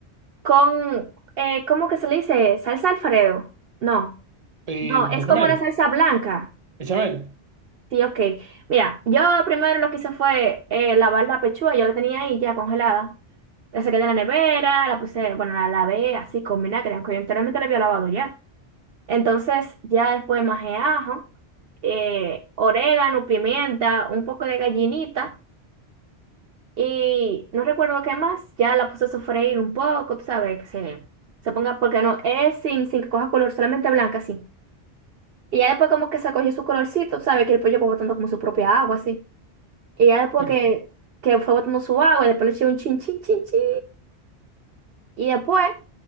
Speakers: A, on the right; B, on the right.
A: con, eh, ¿cómo que se le dice? ¿Salsa Alfredo? No,
B: Eh,
A: no, es
B: bechamel.
A: como una salsa blanca.
B: Bechamel.
A: Sí, ok. Mira, yo primero lo que hice fue eh, lavar la pechuga, yo la tenía ahí ya congelada. La saqué de la nevera, la puse, bueno, la lavé así con vinagre, aunque yo anteriormente la había lavado ya. Entonces ya después majé ajo, eh, orégano, pimienta, un poco de gallinita y no recuerdo qué más. Ya la puse a sofreír un poco, tú sabes, que se, se ponga, porque no, es sin, sin que coja color, solamente blanca así. Y ya después como que se cogió su colorcito, tú sabes, que el pollo fue botando como su propia agua así. Y ya después
B: Mm,
A: que, que fue botando su agua y después le eché un chin, chin, chin, chin. Y después